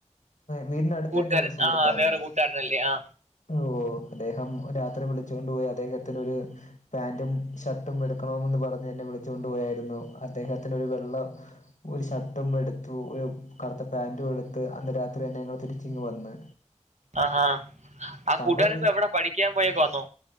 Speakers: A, on the left; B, on the right.
A: വീടിനട്ത്തെന്നെള്ള
B: കൂട്ടുകാരൻ
A: സുഹൃത്താണ്
B: ആ വേറെ കൂട്ടുകാരനല്ലേ ആ
A: ഓഹ് അദ്ദേഹം രാത്രി വിളിച്ചു കൊണ്ട്പോയി അദ്ദേഹത്തിനൊര് പാൻ്റും ഷർട്ടും എടുക്കണമെന്ന് പറഞ്ഞ് എന്നെ വിളിച്ചോണ്ടു പോയാരുന്നു അദ്ദേഹത്തിനൊരു വെള്ള ഒരു ഷർട്ടും എടുത്തു ഒരു കറുത്ത പാൻ്റും എടുത്ത് അന്ന് രാത്രി തന്നെ ഞങ്ങള് തിരിച്ച് ഇങ്ങ് വന്ന്
B: ആഹ് ആ കൂട്ടുകാരനിപ്പ
A: താങ്കളെ
B: എവിടാ പഠിക്കാൻ പോയെക്കുവാന്നോ